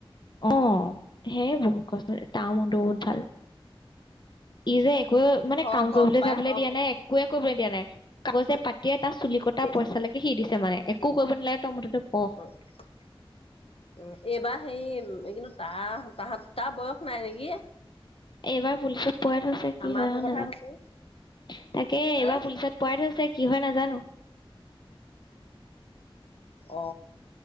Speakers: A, on the left; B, on the left.
A: অ সেই বহুত কষ্ট তাৰ মনটো বহুত ভাল ই যে এক মানে
B: হওক
A: কাম কৰিবলৈ
B: হওক পাই
A: যাবলৈ
B: হওক
A: দিয়া নাই একো এক কৰিবলৈ দিয়া নাই কাগজে পাতিয়ে টা চুলি কটা
B: এ
A: পইচা লেকে সি দিছে মানে একো কৰিব নালাগে তই মুঠতে পঢ়
B: উ উ এইবাৰ সেই কিন্তু তাহ তাহত তাৰ বয়স নাই নেকি
A: এইবাৰ পুলিচ পোৱাই থৈছে কি
B: আমাৰতো
A: হয় আৰু
B: কথা
A: নাজানো
B: কৈছো
A: তাকে এইবাৰ
B: হা
A: পুলিচত পোৱাই থৈছে কি হয় নাজানো
B: অ